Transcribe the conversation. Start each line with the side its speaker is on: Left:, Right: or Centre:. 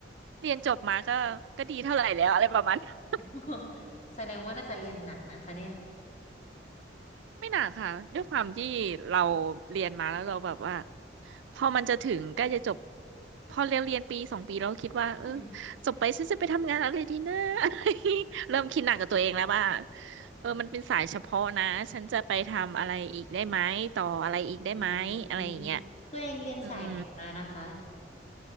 Right: เรียนจบมาก็ก็ดีเท่าไหร่แล้วอะไรประมาณนั้น
Left: <laughs> แสดงว่าน่าจะเรียนหนักนะคะเนี่ย
Right: ไม่หนักค่ะด้วยความที่เราเรียนมาแล้วเราแบบว่าพอมันจะถึงใกล้จะจบพอเรียนเรียนปีสองปีเราก็คิดว่าเออ
Left: อืม
Right: จบไปฉันจะไปทำงานอะไรดีนะ <laughs> เริ่มคิดหนักกับตัวเองแล้วว่าเออมันเป็นสายเฉพาะนะฉันจะไปทำอะไรอีกได้ไหมต่ออะไรอีกได้ไหมอะไรอย่างเงี้ย
Left: อืมตัวเองเรียนสายไหนมานะคะ
Right: อืม